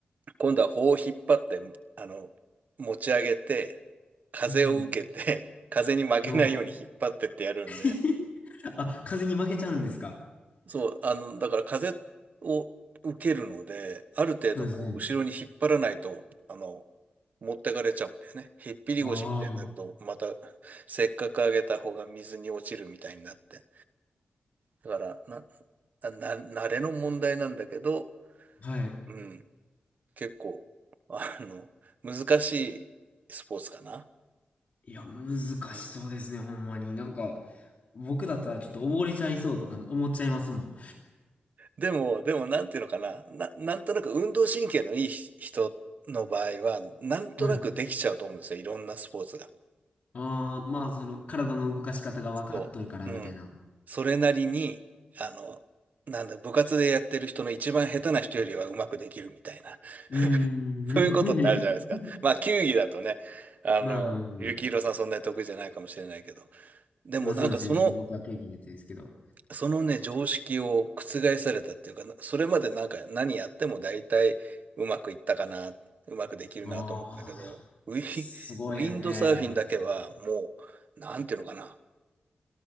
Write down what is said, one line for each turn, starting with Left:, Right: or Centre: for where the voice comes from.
Right: 今度は棒を引っ張って、あの、持ち上げて、風を受けて、
Left: うん。
Right: <laughs> 風に負けないように引っ張ってってやるんで、
Left: の。<laughs> あ、風に負けちゃうんですか
Right: そう、あの、だから風を受けるので、ある程度こう、
Left: そうですね。
Right: 後ろに引っ張らないと、あの、持ってかれちゃうんだよね。ひっぴり腰みたいになると、
Left: ああ。
Right: また、せっかく上げた方が水に落ちるみたいになって。だから、な、な、慣れの問題なんだけど、
Left: はい。
Right: うん、結構、あの、難しいスポーツかな。
Left: いや、難しそうですね、
Right: うん
Left: ほんまに。なんか、僕だったらちょっと溺れちゃいそうとか思っちゃいますもん。
Right: でも、でも、なんていうのかな、な、なんとなく運動神経のいい人の場合は、なんとなくできちゃうと思うんですよ、
Left: はい。
Right: いろんなスポーツが。
Left: ああ、まあ、その、体の動かし方が分かっとるから、
Right: そう。
Left: みたいな。
Right: うん。それなりに、あの、なんだ、部活でやってる人の一番下手な人よりはうまくできるみたいな、<laughs>
Left: うーん。
Right: そういうことってあるじゃないですか。まあ、球技だとね、
Left: <laughs>
Right: あの、
Left: まあ、まあ、まあ
Right: 幸宏さんそんなに得意じゃないかもしれないけど、でもなんかその
Left: まあそうですね。ちょっと僕は経験言ってですけど。
Right: そのね、常識を覆されたっていうか、なそれまでなんか何やっても大体うまくいったかな、うまくできるなと思ったけど、
Left: ああ、
Right: ウィ、
Left: すごいですね。
Right: ウィンドサーフィンだけはもう、なんていうのかな、